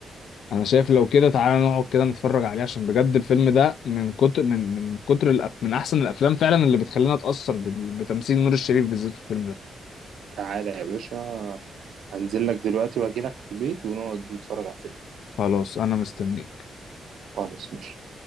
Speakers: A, on the left; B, on the right.
A: انا شايف لو كده تعالى نقعد كده نتفرج عليه عشان بجد الفيلم ده من كتر من من كتر الأف... من احسن الافلام فعلا اللي بتخلينا اتاثر بال... بتمثيل نور الشريف بالذات في الفيلم ده
B: تعالى يا باشا هنزل لك دلوقتي واجي لك على البيت ونقعد نتفرج على فيلم
A: خلاص انا مستنيك
B: خالص ماشي